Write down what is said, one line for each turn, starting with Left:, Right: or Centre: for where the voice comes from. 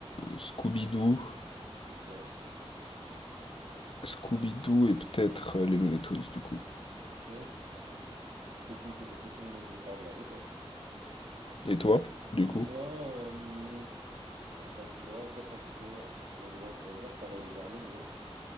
Left: Scooby-Doo,
Right: Ok,
Left: Scooby-Doo et peut-être euh, les Looney Tunes, du coup.
Right: ok, ok, sympa. Deux films que j'ai, dessin animé que j'ai pas regardé, pour le coup.
Left: Et toi, du
Right: Moi,
Left: coup?
Right: euh, hmm, ça, ça jouerait peut-être entre... ah, j'ai oublié de te dire, Corneille et Bernie, déjà.